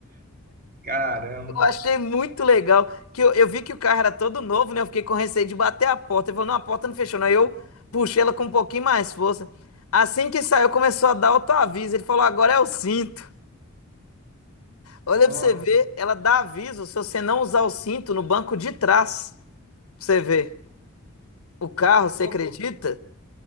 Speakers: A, on the right; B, on the left.
A: Caramba.
B: Eu achei muito legal que eu, eu vi que o carro era todo novo, né? Eu fiquei com receio de bater a porta. Ele falou: "Não, a porta não fechou". Não. Aí eu puxei ela com um pouquinho mais força. Assim que saiu, começou a dar autoaviso. Ele falou: "Agora é o cinto". Olha
A: Nossa,
B: pra você ver, ela dá aviso se você não usar o cinto no banco de trás. Pra você ver. O carro, você
A: Pô,
B: acredita?